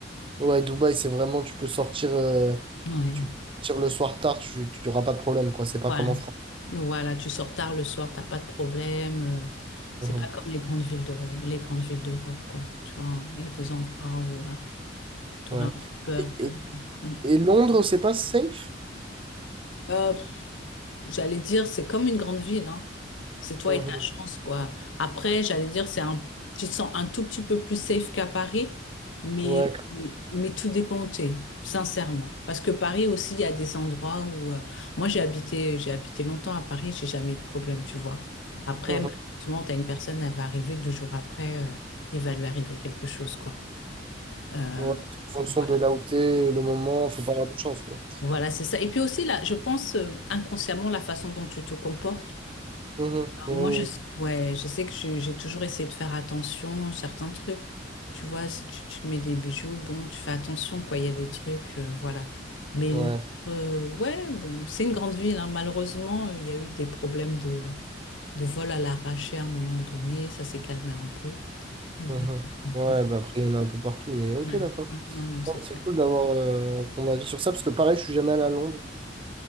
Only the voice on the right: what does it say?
Ouais, Dubaï, c'est vraiment, tu peux sortir, euh,
tu peux sortir le soir tard, tu n'auras pas de problème, quoi. C'est pas
comme en France.
Mhm.
Ouais.
Et,
et-
et Londres, c'est pas safe?
Mhm.
Ouais.
quand-
Mhm.
Ouais. En
fonction
de là où t'es, le moment, faut pas avoir de chance, quoi.
Mhm. Oui.
Ouais.
Mhm.
Ouais,
bah après, il y en a un peu partout, mais ok,
d'accord.
Non, C'est
cool d'avoir euh, ton avis sur ça, parce que pareil, je suis jamais allé à Londres.